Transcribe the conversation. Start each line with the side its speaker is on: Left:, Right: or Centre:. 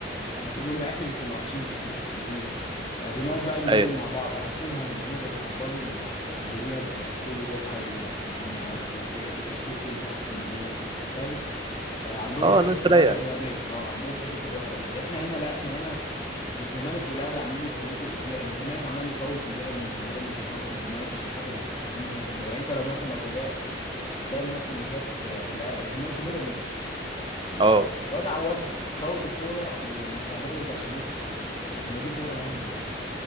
Left: هتقول لهم لا احنا اللي كنا وحشين مش انتوا اللي كنتوا حلوين آه، بنقعد بقى نجادل
Right: ايوه
Left: مع بعض عكسهم هم هم بيتقبلوا ال- الهزيمه ب- بكل روح عادي جدا يا عم عادي احنا كسي... انتوا كسبتوا انتوا احسن مننا انتوا احسن فاهم آه، عندهم
Right: اه
Left: حته
Right: ناس رايقه
Left: الروح الرياضيه اه عندهم حته الروح الرياضيه احنا هنا لا احنا هنا الزمالك والاهلي عمالين يفوتوا الز- الزمالك عمال يفوت لبيراميدز وبيراميدز يفوت للزمالك عشان خاطر مين ياخد ده يعني انت لو مثلا لو تابعت هتلاقي الماتش اللي فات آه، لا الزمالك وبيراميدز ال-
Right: اه
Left: ال- الواد عواد فوت الكوره ل- لبتاع بيراميدز عشان يكسب يعني هي دي كوره يعني يا جدعان